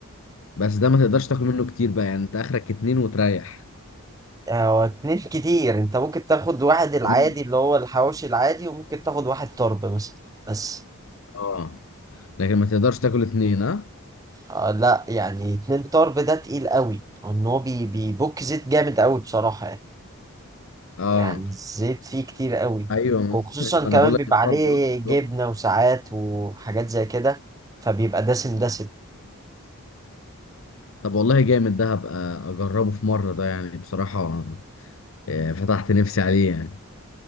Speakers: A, on the left; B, on the right.
A: بس ده ما تقدرش تاكل منه كتير بقى يعني انت اخرك اتنين وتريح
B: هو اتنين كتير انت ممكن تاخد واحد العادي
A: تمام
B: اللي هو الحواوشي العادي وممكن تاخد واحد طرب مثلا بس
A: اه لكن ما تقدرش تاكل اتنين ها
B: آه لا يعني اتنين طرب ده تقيل قوي ان هو بي... بيبك زيت جامد قوي بصراحة يعني.
A: اه
B: يعني الزيت فيه كتير قوي
A: ايوه <laughs>
B: وخصوصا
A: ما
B: كمان
A: انا بقول لك
B: بيبقى
A: الطرب
B: عليه
A: اصلا
B: جبنة
A: لوحده.
B: وساعات وحاجات زي كده فبيبقى دسم دسم
A: طب والله جامد ده هبقى اجربه في مره ده يعني بصراحه آه، فتحت نفسي عليه يعني